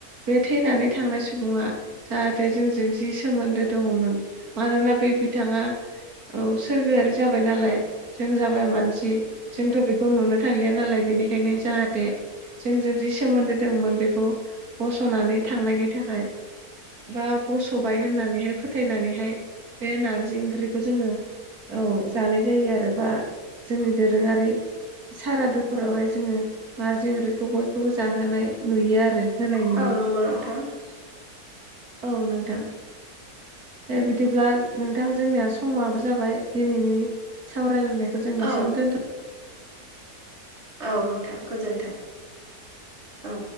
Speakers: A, on the right; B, on the right.
A: बे थैनानै थांनाय सुबुङा जाहाथे जोंजों जि सोमोन्दो दङमोन। मानोना बे बिथाङा औ सोरगोआारि जाबाय नालाय जों जाबाय मानसि जोंथ' बेखौ नुनो थांलिया नालाय बेनिखायनो जाहाथे जोंजों जि सोमोन्दो दंमोन बेखौ बस'नानै थांनायनि थाखाय बा बस'बाय होननानैहाय फोथायनानैहाय बे नारजि ओंख्रिखौ जोङो औ जानाय जायो आरो बा जोंनि दोरोङारि सारादुफोरावहाय जोङो नारजि ओंख्रिखौ बयखौबो जाहोनाय नुयो आरो। होनाय नुयो
B: औ नंगौ नोंथां
A: औ नोंथां। बिदिब्ला नोंथां जोंनिया समाबो जाबाय दिनैनि सावरायलायनाय जों एसेयावनो
B: औ
A: दोनथ'
B: औ नोंथां गोजोन्थों औ